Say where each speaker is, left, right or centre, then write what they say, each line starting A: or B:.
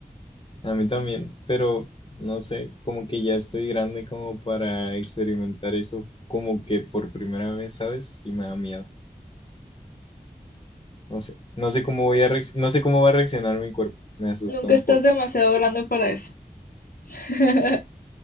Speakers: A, on the left; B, on the left.
A: A mí también, pero no sé, como que ya estoy grande como para experimentar eso como que por primera vez, ¿sabes? Y me da miedo. No sé, no sé cómo voy a reacc- no sé cómo va a reaccionar mi cuerpo. Me asusta
B: Nunca
A: un
B: estás
A: poco.
B: demasiado grande para eso. <laughs>